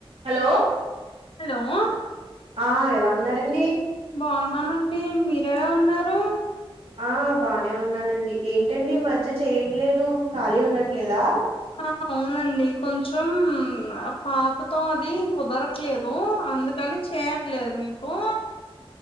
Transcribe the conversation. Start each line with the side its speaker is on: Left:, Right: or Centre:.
Right: Hello
Left: hello
Right: ఆ ఎలా ఉన్నారండి
Left: బాగున్నామండి మీర ఎలా ఉన్నారు
Right: ఆ బాగానే ఉన్నానండి ఏంటండి మధ్య చేయట్లేదు ఖాళీ ఉండట్లేదా
Left: ఆ అవునండి కొంచం పాపతో అది కుదరట్లేదు అందుకని చేయట్లేదు మీకు